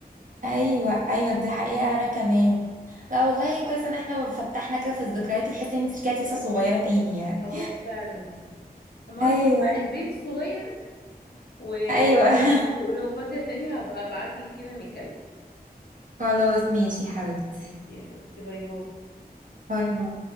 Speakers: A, on the right; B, on the left.
A: ايوه ايوه دي حقيقه انا كمان لا والله كويس ان احنا فتحنا كده في الذكريات تحس ان انت رجعتي لسه صغيره تاني يعني
B: اه فعلا اما اروح
A: ايوه
B: اشوف بقى البيبي الصغير و...
A: ايوه
B: <laughs>
A: <laughs>
B: ولو فاضية تاني هبقى ابعتلك كده نتكلم
A: خلاص ماشي يا حبيبتي
B: ماشي يا حبيبتي باي باي
A: باي باي